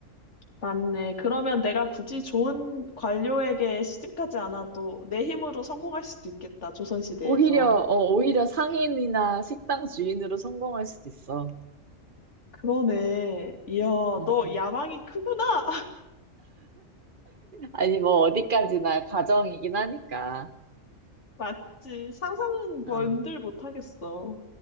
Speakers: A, on the left; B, on the right.
A: 맞네. 그러면 내가 굳이 좋은 관료에게 시집가지 않아도 내 힘으로 성공할 수도 있겠다. 조선시대에서.
B: 오히려, 어, 오히려 상인이나 식당 주인으로 성공할 수도 있어.
A: 그러네. 이야,
B: 음,
A: 너
B: 음.
A: 야망이 크구나. <laughs>
B: 아니, 뭐, 어디까지나 가정이긴 하니까.
A: 맞지. 상상은 뭔들
B: 어.
A: 못하겠어.